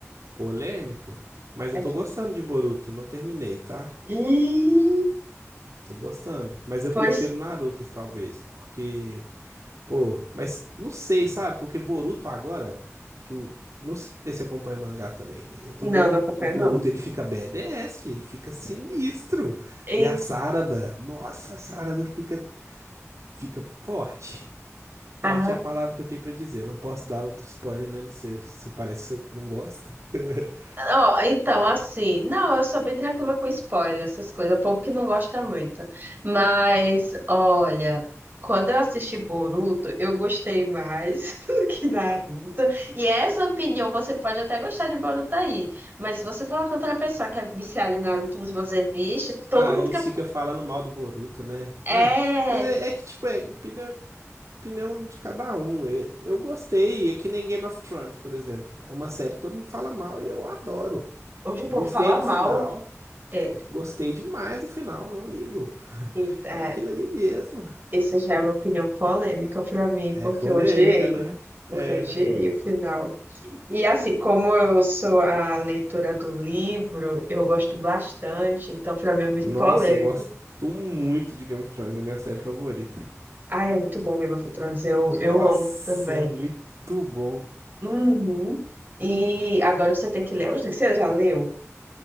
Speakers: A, on the right; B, on the right.
A: Polêmico? Mas eu
B: É
A: tô
B: tudo.
A: gostando de Boruto, não terminei, tá?
B: Ih!
A: Eu tô gostando. Mas eu
B: Pois
A: prefiro Naruto, talvez, porque Pô, mas não sei, sabe? Porque Boruto agora, que o. Não sei se você acompanha mangá também. Eu tô
B: não,
A: vendo
B: não acompanho
A: o Boruto,
B: não.
A: ele fica BDS filho, ele fica sinistro.
B: Em-
A: E a Sarada, nossa, a Sarada fica, fica forte. Forte
B: ah,
A: é a palavra que eu tenho pra dizer. Não posso dar outro spoiler, né? Não sei se parece que você não gosta. <laughs>
B: ó, então, assim, não, eu sou bem tranquila com spoiler, essas coisas, o povo que não gosta muito. Mas, olha, quando eu assisti Boruto, eu gostei mais <laughs> do que Naruto. E essa opinião, você pode até gostar de Boruto aí, mas se você falar pra outra pessoa que é viciada em Naruto, você vai dizer, vixe, todo
A: Ah,
B: mundo
A: eles
B: que fa-
A: ficam falando mal do Boruto, né?
B: É,
A: Ah, mas é, é que, tipo, é, opinião é opinião de cada um. Eu, eu gostei, é que nem Game of Thrones, por exemplo. É uma série que todo mundo fala mal e eu adoro.
B: hoje o povo
A: Gostei
B: fala
A: do
B: mal,
A: final.
B: é,
A: Gostei demais do final, não ligo.
B: e- é,
A: Era aquilo ali mesmo.
B: Essa já é uma opinião polêmica pra mim, porque
A: É polêmica,
B: eu odiei.
A: né?
B: Porque
A: É,
B: eu odiei
A: né?
B: o final. E assim, como eu sou a leitora do livro, eu gosto bastante, então pra mim é muito
A: Nossa,
B: polêmico.
A: eu gosto muito de Game of Thrones, é a minha série favorita.
B: Ai, é muito bom Game of Thrones, eu,
A: Nossa,
B: eu amo também.
A: é muito bom.
B: Uhum. E agora você tem que ler. Hoje você já leu?